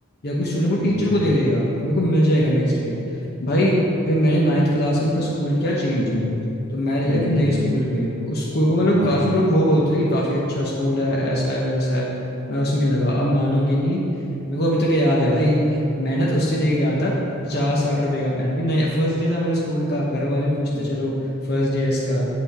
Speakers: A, on the left; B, on the left.
A: या कोई स्टूडेंट वो टीचर
B: हम्म,
A: को दे देगा और मेरे को मिल जाएगा नेक्स्ट डे भाई फिर मैंने नाइन्थ क्लास में अपना स्कूल किया चेंज
B: हम्म,
A: तो मैं लगा
B: हम्म,
A: एक नए स्कूल में उस स्कूल को मतलब
B: हम्म,
A: काफी लोग वो बोलते थे कि काफी अच्छा स्कूल है ऐसा है वैसा है मैं उसमें लगा अब मानोगे नहीं मेरे को अभी तक याद है भाई मैंने तो उस दिन लेके गया था पचास साठ रुपए का पेन क्योंकि नया फर्स्ट डे था मेरे स्कूल का घर वाले भी खुश
B: हम्म,
A: थे चलो फर्स्ट डे है इसका